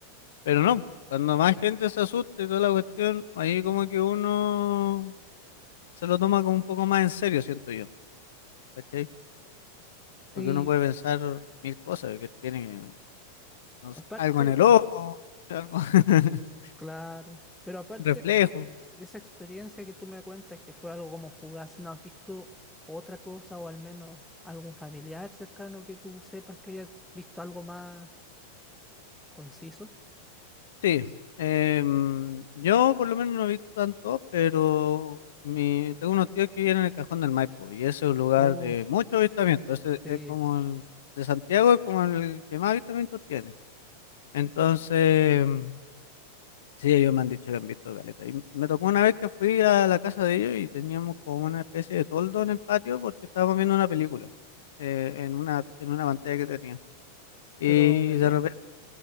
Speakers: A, on the left; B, in the centre.
A: Pero no, cuando más gente se asusta y toda la cuestión, ahí como que uno se lo toma como un poco más en serio, siento yo, ¿cachai? Porque
B: Y.
A: uno puede pensar mil cosas, que tiene no
B: Aparte
A: sé, algo en el ojo, algo, <laughs>
B: Claro, pero aparte
A: un reflejo,
B: de, de esa experiencia que tú me cuentas, que fue algo como fugaz, ¿no has visto otra cosa o al menos algún familiar cercano que tú sepas que haya visto algo más conciso?
A: Sí, em, yo por lo menos no he visto tanto, pero mi, tengo unos tíos que viven en el Cajón del Maipo y ese es un lugar
B: Uf,
A: de mucho avistamiento. Ese
B: sí,
A: es como el de Santiago, es como el que más avistamientos tiene. Entonces, em, sí, ellos me han dicho que han visto caleta. Y me tocó una vez que fui a la casa de ellos y teníamos como una especie de toldo en el patio porque estábamos viendo una película eh, en una, en una pantalla que tenían. Y
B: pero de día.
A: de repente